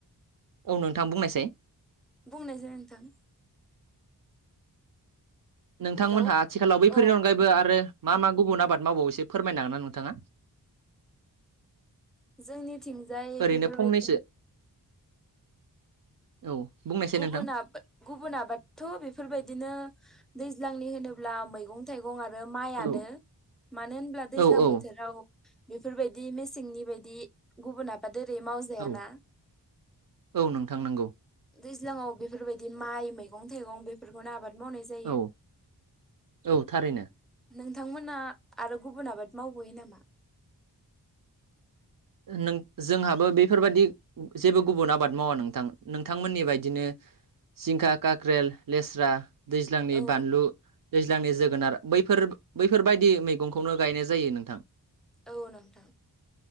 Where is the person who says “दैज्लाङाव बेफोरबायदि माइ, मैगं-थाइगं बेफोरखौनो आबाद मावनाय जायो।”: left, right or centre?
Centre